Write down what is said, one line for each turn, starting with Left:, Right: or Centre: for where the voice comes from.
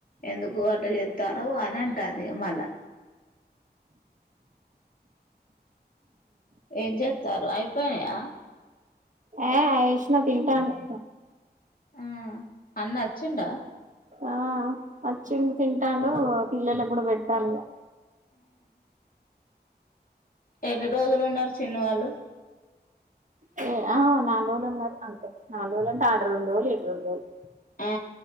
Left: ఎందుకు అట చెత్తానవ్ అని అంటాంది మళ్ళా ఏం జేతారు అయిపోనయా
Right: ఏ అయేష్న తింటండు
Left: ఆ అన్న వచ్చిండా
Right: ఆ ఆచిండు తింటాడు పిల్లలకు కూడా పెట్టాలిగా
Left: ఎన్ని రోజులు ఉన్నారు చిన్ను వాళ్ళు
Right: ఏ ఆ నాలుగు రోజులు ఉన్నారు అంతే నాలుగు రోజులు అంటే ఆరు రెండు రోజలు ఇ ఏడు రెండురోజులు
Left: ఆ